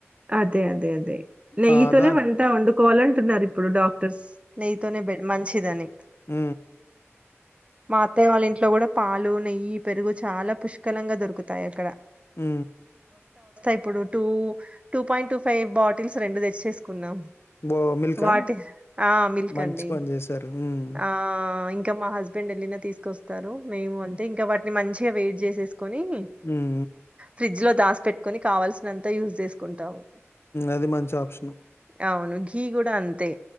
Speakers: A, on the right; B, on the left.
A: అదే అదే అదే నెయ్యితోనే
B: ఆ! నెయ్యి. దాన్
A: వంట వండుకోవాలంటున్నారు ఇప్పుడు డాక్టర్స్ నెయ్యితో బడ్ మంచిదని
B: హ
A: మా అత్తయ్య వాళ్ళ ఇంట్లో కూడా పాలు నెయ్యి పెరుగు చాలా పుష్కలంగా దొరుకుతాయి అక్కడ
B: హ
A: ఇప్పుడు two two point two five bottles రెండు తెచ్చేసుకున్నాం
B: బో మిల్కా?
A: వాటి ఆ మల్కండి
B: మంచి పని జేశారు. హ్మ్.
A: ఆ ఇంకా మా హస్బెండ్ వెళ్ళిన తీసుకొస్తారు మేము
B: హ్మ్.
A: అంతే ఇంకా వాటిని మంచి వెయి చేని
B: హ్మ్.
A: ఫ్రిజ లో దా పెట్టుకుని కావాల్సినంతా యూజ్ చేసుకుంటావు
B: అది మంచి ఆప్షను.
A: అవును ఘీ కూడా అంతే